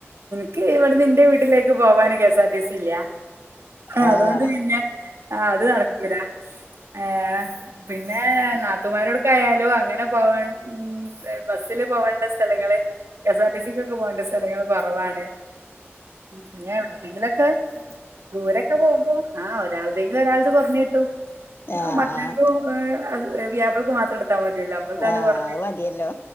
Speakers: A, on the right (about 80°); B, on the left (about 55°).
A: ക്ക് ഇവിടന്ന് ന്റെ വീട്ടിലേക്ക് പോവാന് K S R T C ഇല്ല്യ
B: ആഹ്
A: അതുകൊണ്ട് പിന്നെ ആ അത് നടക്കൂല ഏ പിന്നേ നാത്തുമാരോടൊക്കെ ആയാലും അങ്ങനെ പോവാൻ മ്മ് ബസ്സില് പോവണ്ട സ്ഥലങ്ങള് കെസാർടിസിക്കൊക്കെ പോവണ്ട സ്ഥലങ്ങള് കൊറവാണ് പിന്നെ എവിടേക്കെ ങ്കിലൊക്കെ ദൂരൊക്കെ പോകുമ്പോ ആ ഒരാൾ എന്തെങ്കിലും ഒരാൾത് കൊറഞ്ഞ് കിട്ടും
B: ആഹ്
A: ആ മക്കക്കും
B: ആഹ്
A: ഏ അത് വ്യാപക്ക് മാത്രം എട് ത്താ മതീലാ നമ്മൾതാണ്ട്
B: ആഹ്
A: പറഞ്ഞ്
B: അത് മതിയല്ലോ